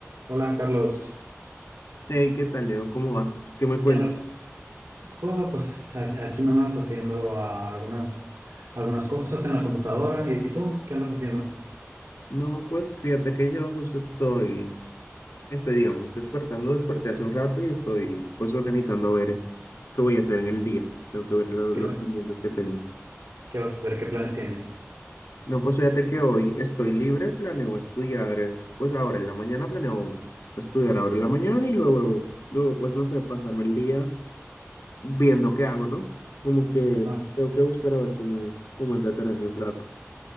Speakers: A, on the right; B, on the left.
A: Hola Carlos,
B: Hey, ¿qué tal, Leo? ¿Cómo vas? ¿Qué me cuentas?
A: ¿qué andas? Bueno, pues aquí aquí nomás haciendo ah, algunas, algunas cosas en la computadora. ¿Y tú qué andas haciendo?
B: No, pues fíjate que yo justo estoy, este, digamos, despertando, desperté hace un rato y estoy pues organizando a ver eh, qué voy a hacer en el día. Tengo que ver lo-
A: ¿Qué,
B: los
A: va-
B: pendientes que tengo.
A: qué vas a hacer? ¿Qué planes tienes?
B: No, pues fíjate que hoy estoy libre, planeo estudiar, eh, pues ahora en la mañana planeo estudiar ahora en la mañana y luego, luego pues no sé, pasarme el día viendo qué hago, ¿no? Como que
A: Ah,
B: tengo que buscar a ver cómo, cómo entretenerme un rato.